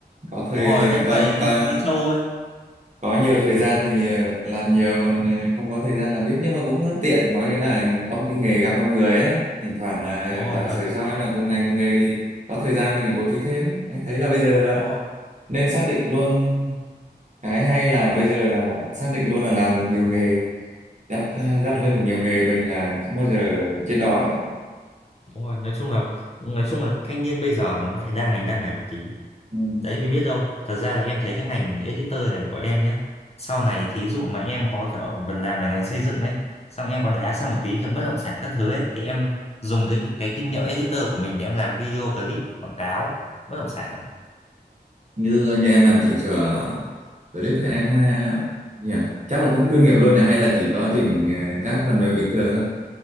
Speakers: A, on the right; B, on the left.
A: có thời
B: đúng rồi vẫn
A: coi
B: cày như
A: coi
B: như trâu ấy
A: có nhiều thời gian thì ờ, làm nhiều còn ờ, không có thời gian làm ít nhưng mà cũng tiện có nghĩa là có một cái nghề gặp trong người ấy thỉnh thoảng là
B: đúng rồi
A: giả
B: nói
A: sử sau em làm cùng ngành cùng nghề thì có thời gian mình lại bố trí thêm anh thấy là bây giờ là
B: đúng rồi
A: nên xác định luôn cái hay là bây giờ là xác định luôn là làm được nhiều nghề dắt ờ, dắt
B: đúng rồi
A: lưng được nhiều nghề mình là không bao giờ chết đói
B: đúng rồi nói chung là nói chung là thanh niên bây giờ nó nó phải đa ngành đa nghề một tí
A: ừ.
B: đấy vì biết đâu thật ra là em thấy cái ngành editor này của em nhá sau này thí dụ mà em có kiểu vẫn làm về ngành xây dựng ấy xong em có đá sang một tí kiểu bất động sản các thứ ấy thì em dùng cái cái kinh nghiệm editor của mình để em làm video clip quảng cáo bất động sản
A: như như em làm chỉnh sửa clip thì em ha nhỉ chắc là cũng chuyên nghiệp luôn nhỉ hay là chỉ có chỉnh ờ, các phần mềm bình thường thôi